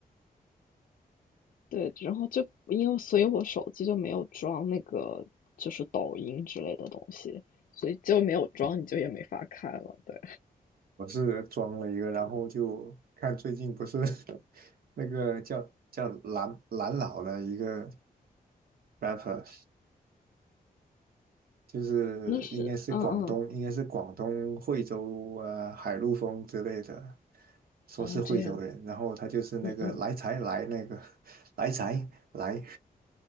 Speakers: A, on the left; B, on the right.
A: 对，然后就因为所以我手机就没有装那个就是抖音之类的东西，所以就没有装，你就也没法看了。对，
B: 我是装了一个，然后就看最近不是 <laughs> 那个叫叫蓝蓝老的一个 rapper，就是应该是广东，
A: 那是嗯嗯，
B: 应该是广东惠州啊、海陆丰之类的，说是惠州人，
A: 哦这样，
B: 然后他就是那个来财来那个
A: 嗯嗯。
B: <laughs> 来财来